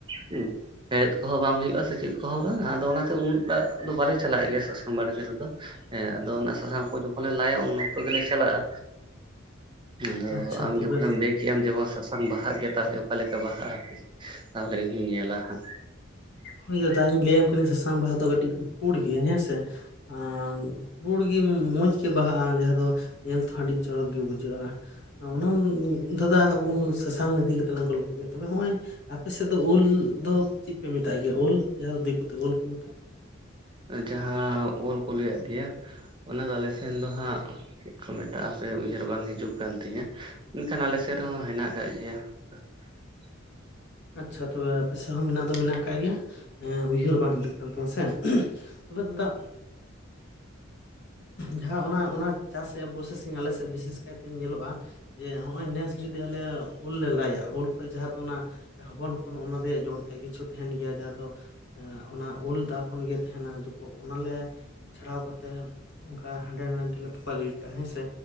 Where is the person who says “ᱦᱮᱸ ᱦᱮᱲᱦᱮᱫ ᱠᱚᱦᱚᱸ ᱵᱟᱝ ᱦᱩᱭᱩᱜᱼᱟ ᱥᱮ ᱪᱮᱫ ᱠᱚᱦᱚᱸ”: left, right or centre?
Right